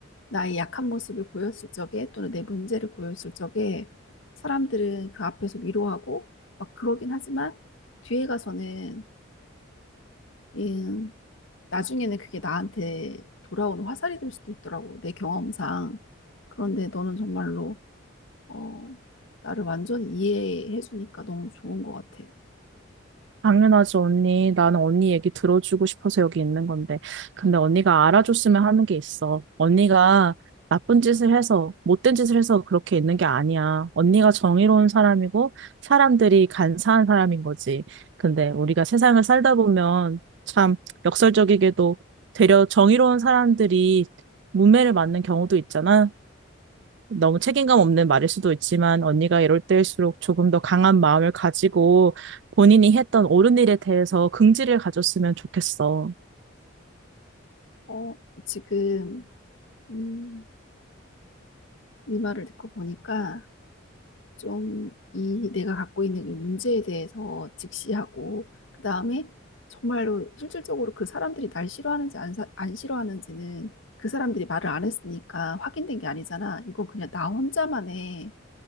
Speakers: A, on the left; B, on the right.
A: 나의 약한 모습을 보였을 적에 또는 내 문제를 보였을 적에 사람들은 그 앞에서 위로하고 막 그러긴 하지만 뒤에 가서는 음, 나중에는 그게 나한테 돌아오는 화살이 될 수도 있더라고. 내 경험상. 그런데 너는 정말로 어, 나를 완전히 이해해 주니까 너무 좋은 것 같아.
B: 당연하지, 언니. 나는 언니 얘기 들어주고 싶어서 여기 있는 건데. 근데 언니가 알아줬으면 하는 게 있어. 언니가 나쁜 짓을 해서, 못된 짓을 해서 그렇게 있는 게 아니야. 언니가 정의로운 사람이고, 사람들이 간사한 사람인 거지. 근데 우리가 세상을 살다 보면 참 역설적이게도 되려 정의로운 사람들이 문매를 맞는 경우도 있잖아. 너무 책임감 없는 말일 수도 있지만 언니가 이럴 때일수록 조금 더 강한 마음을 가지고 본인이 했던 옳은 일에 대해서 긍지를 가졌으면 좋겠어.
A: 어, 지금 음, 네 말을 듣고 보니까 좀 이 내가 갖고 있는 이 문제에 대해서 직시하고 그다음에 정말로 실질적으로 그 사람들이 날 싫어하는지 안, 사- 안 싫어하는지는 그 사람들이 말을 안 했으니까 확인된 게 아니잖아. 이건 그냥 나 혼자만의